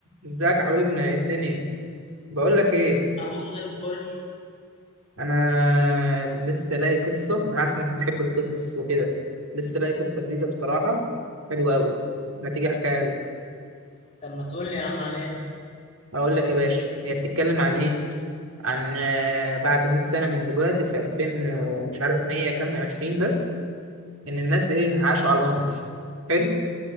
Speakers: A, on the right; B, on the left.
A: ازيك يا حبيبنا ايه الدنيا بقول لك ايه
B: اهو زي الفل
A: انا لسه لاقي قصه انا عارف انك بتحب القصص وكده لسه لاقي قصه جديده بصراحه حلوه قوي ما تيجي احكيها لك
B: طب ما تقول لي يا عم عليها
A: اقول لك يا باشا هي بتتكلم عن ايه عن آه، بعد 100 سنه من دلوقتي في 2000 و- مش عارف 100 كام و20 ده ان الناس ايه عاشوا على القمر حلو